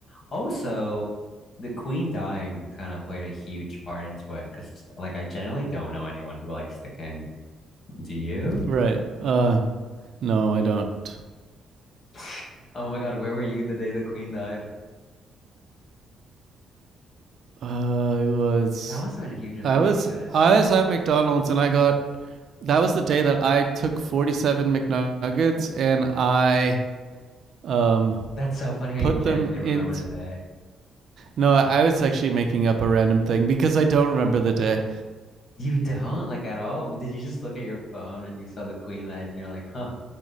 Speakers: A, on the left (about 50°); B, on the right (about 60°).
A: Also, the queen dying kind of played a huge part into it because like I generally don't know anyone who likes the king. Do you?
B: right uh No, I don't.
A: <laughs> Oh my God, where were you the day the queen died?
B: Uh, I was
A: That must have been a huge event
B: I was
A: for you guys.
B: I was at McDonald's and I got that was the day that I took 47 McNuggets and I um
A: That's so funny how
B: put
A: you genuinely
B: them
A: remember
B: in
A: the day.
B: No, I was actually making up a random thing because I don't remember the day.
A: You don't like at all? Did you just look at your phone and you saw the Queen Edge and you're like, huh?